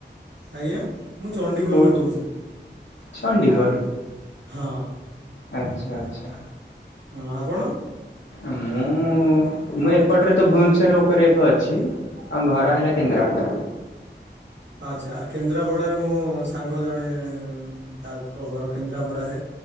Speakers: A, on the right; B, on the left.
A: ଆଜ୍ଞା ମୁଁ ଚଣ୍ଡିଗୋଲୁ
B: କୋଉଠୁ
A: କହୁଛି
B: ଚଣ୍ଡିଖୋଲ
A: ହଁ।
B: ଆଚ୍ଛା ଆଚ୍ଛା।
A: ହଁ ଆପଣ?
B: ମୁଁ ମୁଁ ଏପଟରେ ତ ଭୁବନେଶ୍ୱର ଉପରେ ଏବେ ଅଛି। ଆଉ ଘର ହେଲା କେନ୍ଦ୍ରାପଡ଼ା।
A: ଆଛା କେନ୍ଦ୍ରାପଡାରେ ମୋ ସାଙ୍ଗ ଜଣେ ତାଙ୍କ ଘର କେନ୍ଦ୍ରାପଡାରେ